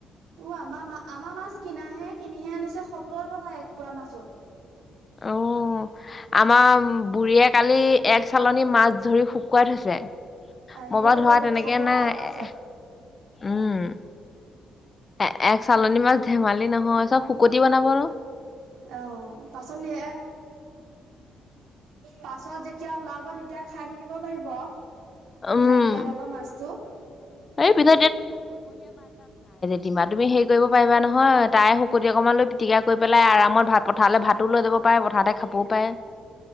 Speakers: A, on the right; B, on the left.
A: অ' আমাৰ মা আমাৰ মাছ কিনাহে, কিনিহে আনিছে সত্তৰ টকা এক পোৱা মাছৰ।
B: উম আমাৰ বুঢ়ীয়ে কালি এক চালনী মাছ ধৰি শুকুৱাই থৈছে, ম
A: আইও
B: পৰা ধৰা তেনেকে
A: খাব
B: নাই
A: আৰু পাছত।
B: এ উম। এ এক চালনী মাছ ধেমালি নহয়, চব শুকতি বনাব ৰ।
A: অ' পাচত নিয়ে পাছত যেতিয়া ওলাব তেতিয়া খাই থাকিব পাৰিব।
B: উম
A: নাইকিয়া হবা মাছটো।
B: এই পিছত দিমা তুমি হেৰি কৰিব পাৰিবা নহয়, তাই শুকতি অকণমান লৈ পিটিকা কৰি পেলাই আৰামত ভাত পথাৰলৈ ভাতো লৈ যাব পাই পঠাতে খাবও পাৰে।